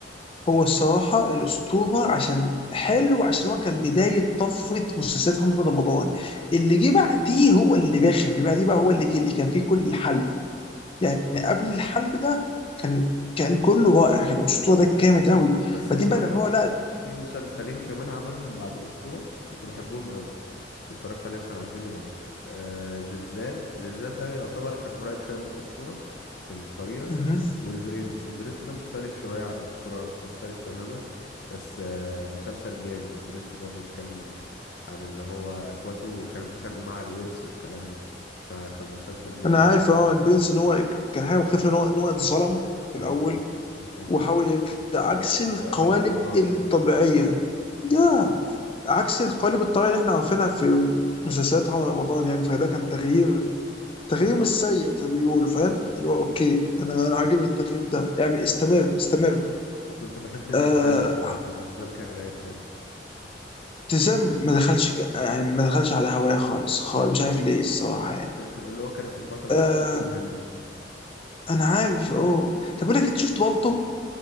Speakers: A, on the left (about 30°); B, on the left (about 65°).
A: هو الصراحه الاسطوره عشان حلو عشان هو كان بدايه طفره مسلسلات محمد رمضان اللي جه بعديه هو اللي رخم اللي بعديه بقى هو اللي جه اللي كان فيه كل الحلب يعني قبل الحلب ده كان كان كله رائع كان الاسطوره ده جامد قوي
B: بس
A: بعدين
B: بصراحة
A: بقى لما هو
B: في مسلسلين كمان عملهم بعد الأسطورة كنت بحبهم قوي اتفرجت عليهم كانوا عاجبيني قوي آه زلزال زلزال ده يعتبر كان قريب شويه من الاسطوره في الطريقه
A: لقى
B: والبرنس البرنس ده مختلف شويه عن الاسطوره مختلف تماما بس آه مسلسل جامد البرنس ده بيتكلم عن اللي هو اخواته كانوا بيتخانقوا مع الورث والكلام ده فكان مسلسل جامد
A: انا
B: قوي
A: عارف
B: بتاع
A: اه
B: البرنس
A: البرنس ان هو كان حاجه مختلفه ان هو ان هو اتظلم في
B: اه
A: الاول
B: بالظبط
A: وحاول يرجع عكس
B: وقت-
A: القوالب
B: وقتلوا له مراته
A: الطبيعيه يا عكس القوالب الطبيعيه اللي احنا عارفينها في مسلسلات محمد رمضان يعني فده كان تغيير تغيير مش سيء زي ما بيقولوا فاهم
B: ايه
A: اللي هو اوكي انا انا عاجبني التغيير ده اعمل استمر استمر
B: وكنت بحب زلزال
A: آه
B: بصراحه زلزال كان رايق برضه
A: ابتسام ما دخلش ك- يعني ما دخلش على هواية خالص خالص مش عارف ليه الصراحه يعني
B: بس كان حلو- اللي هو كانت البطله
A: آه
B: فيها نادي مهنا
A: انا عارف اه طب اقول لك انت شفت بالطو